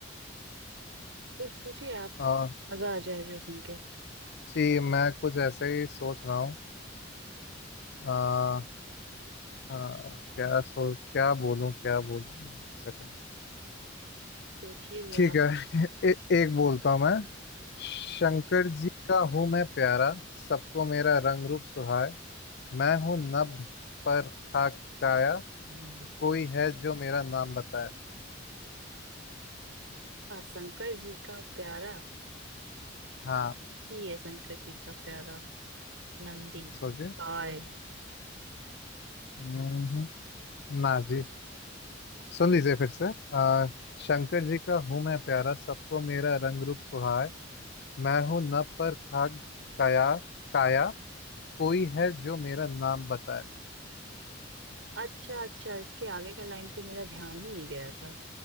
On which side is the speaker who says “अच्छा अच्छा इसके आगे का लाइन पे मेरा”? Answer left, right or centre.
Right